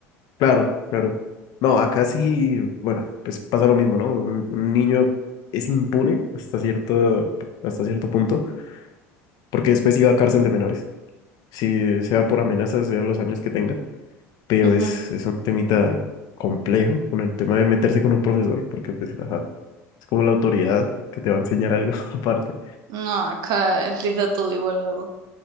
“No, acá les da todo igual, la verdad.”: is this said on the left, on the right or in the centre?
Right